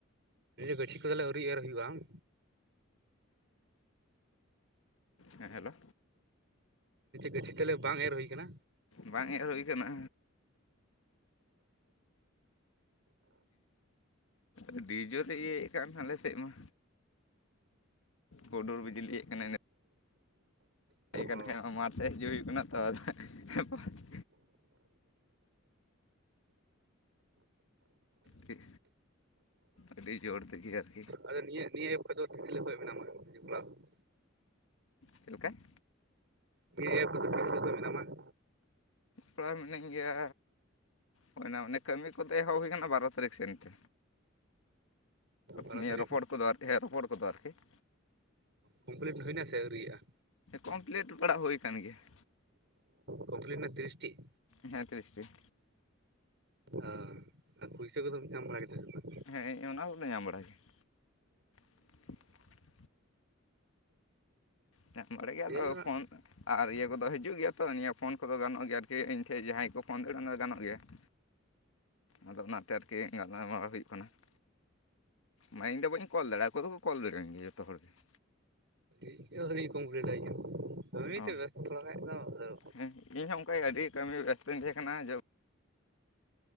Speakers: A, on the right; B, on the left.
A: ᱜᱟᱹᱪᱷᱤ ᱠᱚᱫᱚᱞᱮ ᱟᱹᱣᱨᱤ ᱮᱨ ᱦᱩᱭᱩᱜᱼᱟ ᱵᱟᱝ,
B: ᱦᱮᱸ ᱦᱮᱞᱳ,
A: ᱜᱟᱹᱪᱷᱤ ᱛᱟᱦᱞᱮ ᱵᱟᱝ ᱮᱨ ᱦᱩᱭᱩ ᱠᱟᱱᱟ,
B: ᱵᱟᱝ ᱮᱨ ᱦᱩᱭ ᱠᱟᱱᱟ, ᱟᱹᱰᱤ ᱡᱳᱨ ᱤᱭᱟᱹᱭᱮᱫ ᱠᱟᱱ ᱟᱞᱮ ᱥᱮᱫ ᱢᱟ, ᱦᱩᱰᱚᱨ ᱵᱤᱡᱽᱞᱤᱭᱮᱫ ᱠᱟᱱᱟ ᱱᱤᱛᱼᱼ ᱦᱮᱡ ᱠᱟᱱ
A: ᱚ
B: ᱠᱷᱟᱡ ᱢᱟᱴᱷ ᱥᱮᱫ ᱦᱤᱡᱩᱜ ᱦᱩᱭᱩᱜ ᱠᱟᱱᱟ ᱛᱚ <unintelligible> ᱴᱷᱤᱠ ᱟᱹᱰᱤ ᱡᱳᱨ ᱛᱮᱜᱮ ᱟᱨᱠᱤᱼᱼ
A: ᱟᱫᱚ ᱱᱤᱭᱟᱹ ᱱᱤᱭᱟᱹ ᱮᱯ ᱨᱮᱫᱚ ᱛᱤᱥ ᱠᱷᱚᱡ ᱫᱚ ᱢᱮᱱᱟᱢᱟ ᱾
B: ᱪᱮᱫ ᱞᱮᱠᱟ ᱾
A: ᱱᱤᱭᱟᱹ ᱮᱯᱥ ᱠᱚᱨᱮ ᱫᱚ ᱛᱤᱥ ᱠᱷᱚᱱ ᱢᱮᱱᱟᱢᱟ ᱾
B: ᱯᱨᱟᱭ ᱢᱤᱱᱟᱹᱧ ᱜᱮᱭᱟ ᱦᱩᱭᱱᱟ ᱚᱱᱮ ᱠᱟᱹᱢᱤ ᱠᱚᱫᱚ ᱮᱦᱚᱵ ᱦᱩᱭ ᱟᱠᱟᱱᱟ ᱵᱟᱨᱚ ᱛᱟᱹᱨᱤᱠᱷ ᱥᱮᱱ ᱾
A: ᱵᱟᱨᱚ
B: ᱱᱤᱭᱟᱹ
A: ᱛᱟᱹᱨᱤᱠᱷ
B: ᱨᱚᱯᱚᱲ ᱠᱚᱫᱚ ᱦᱮᱸ ᱨᱚᱯᱚᱲ ᱠᱚᱫᱚ ᱟᱨᱠᱤ ᱼᱼ
A: ᱠᱚᱢᱯᱞᱤᱴ ᱦᱩᱭᱱᱟ ᱥᱮ ᱟᱹᱣᱨᱤᱭᱟᱜᱼᱟ?
B: ᱠᱚᱢᱯᱞᱤᱴ ᱵᱟᱲᱟ ᱦᱩᱭ ᱟᱠᱟᱱ ᱜᱮᱭᱟ ᱾
A: ᱠᱚᱢᱯᱞᱤᱴ ᱮᱱᱟ ᱛᱤᱨᱤᱥᱴᱤ ᱾
B: ᱦᱮᱸ ᱛᱤᱨᱤᱥᱴᱤ ᱾
A: ᱚᱸ ᱟᱨ ᱯᱩᱭᱥᱟᱹ ᱠᱚᱫᱚᱢ ᱧᱟᱢ ᱵᱟᱲᱟ ᱠᱮᱫᱟ? ᱵᱟᱝ
B: ᱦᱮᱸ ᱚᱱᱟ ᱠᱚᱫᱚ ᱧᱟᱢ ᱵᱟᱲᱟ ᱜᱮᱭᱟ ᱾ <unintelligible> ᱧᱟᱢ ᱵᱟᱲᱟ ᱜᱮ ᱟᱫᱚ
A: ᱮᱭ
B: ᱯᱷᱳᱱᱼᱼ ᱟᱨ ᱤᱭᱟᱹ ᱠᱚᱫᱚ ᱦᱤᱡᱩᱜ ᱜᱮᱭᱟ ᱛᱚ, ᱱᱤᱭᱟᱹ ᱯᱷᱳᱱ ᱠᱚᱫᱚ ᱜᱟᱱᱚᱜ ᱜᱮᱭᱟ ᱟᱨᱠᱤ ᱤᱧ ᱴᱷᱮᱱ ᱡᱟᱦᱟᱸᱭ ᱠᱚ ᱯᱷᱳᱱ ᱫᱟᱲᱮᱭᱟᱜᱼᱟ ᱚᱱᱟ ᱫᱚ ᱜᱟᱱᱚᱜ ᱜᱮᱭᱟ ᱾ ᱟᱫᱚ ᱚᱱᱟᱛᱮ ᱟᱨᱠᱤ ᱜᱟᱞᱢᱟᱨᱟᱣ ᱦᱩᱭᱩᱜ ᱠᱟᱱᱟ ᱾ ᱢᱟᱭ ᱤᱧᱫᱚ ᱵᱟᱹᱧ ᱠᱚᱞ ᱫᱟᱲᱮᱼᱟ, ᱟᱠᱚ ᱫᱚ ᱠᱚᱞ ᱫᱟᱲᱮᱭᱮᱱ ᱜᱮᱭᱟ ᱡᱷᱚᱛᱚ ᱦᱚᱲ ᱜᱮ ᱾
A: ᱤᱧ ᱦᱚᱸ ᱟᱹᱭᱨᱤᱧ ᱠᱚᱢᱯᱥᱞᱥᱴᱟ ᱮᱢᱱᱤ
B: ᱚ
A: ᱛᱮ ᱵᱮᱥᱛᱚ ᱛᱷᱚᱲᱟ ᱠᱟᱡ ᱫᱚᱼᱼ
B: ᱦᱮᱸ ᱤᱧ ᱦᱚᱸ ᱚᱱᱠᱟ ᱜᱮ ᱟᱹᱰᱤ ᱠᱟᱹᱢᱤ ᱨᱮ ᱵᱮᱥᱛᱧ ᱛᱟᱦᱮᱸ ᱠᱟᱱᱟ ᱡᱚ